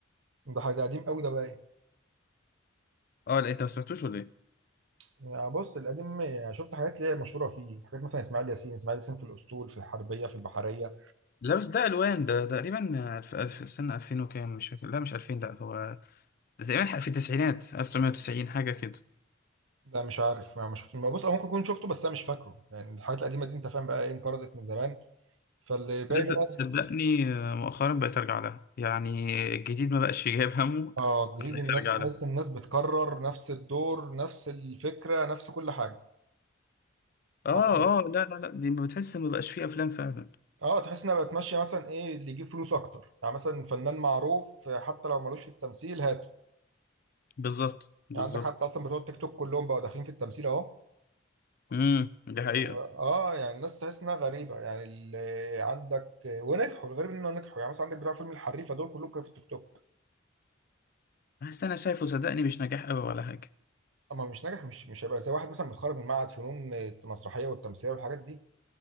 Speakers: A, on the right; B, on the left.
A: ده حاجه قديم قوي ده باين
B: اه لا انت ما سمعتوش ولا ايه
A: يعني بص القديم آه، شفت حاجات اللي هي مشهوره فيه حاجات مثلا اسماعيل ياسين اسماعيل ياسين في الاسطول في الحربيه في البحريه
B: لا بس ده الوان ده تقريبا آه، الف الف سنه 2000 وكام مش فاكر لا مش 2000 لا هو ده تقريبا في التسعينات 1990 حاجه كده
A: ده مش عارف ما ما شفت ما بص او ممكن اكون شفته بس انا مش فاكره يعني الحاجات القديمه دي انت فاهم بقى ايه انقرضت من زمان فاللي باين
B: لسه
A: بقى
B: صدقني آه، مؤخرا بقيت ارجع لها يعني الجديد ما بقاش جايب همه
A: اه جديد
B: بقيت
A: الناس
B: ارجع
A: تحس
B: لها
A: الناس بتكرر نفس الدور نفس الفكره نفس كل حاجه
B: اه
A: عندك-
B: اه لا لا لا دي بتحس ما بقاش فيه افلام فعلا
A: اه تحس انها بقت ماشيه مثلا ايه اللي يجيب فلوس اكتر يعني مثلا فنان معروف آه، حتى لو ملوش في التمثيل هات
B: بالظبط بالظبط
A: يعني عندك حتى اصلا بتوع التيك توك كلهم بقوا داخلين في التمثيل اهو
B: امم دي
A: و-
B: حقيقه
A: اه يعني الناس تحس انها غريبه يعني اللي عندك ونجحوا الغريب انه نجحوا يعني مثلا عندك بتوع فيلم الحريفه دول كلهم كانوا في التيك توك
B: بس انا شايفه صدقني مش نجاح قوي ولا حاجه
A: اما مش ناجح مش مش هيبقى زي واحد مثلا متخرج من معهد فنون المسرحيه والتمثيليه والحاجات دي